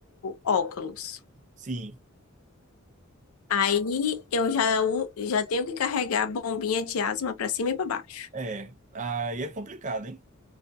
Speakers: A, on the left; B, on the right.
A: óculos.
B: Sim.
A: Aí eu já, u- já tenho que carregar a bombinha de asma para cima e para baixo.
B: É. Aí é complicado, hein?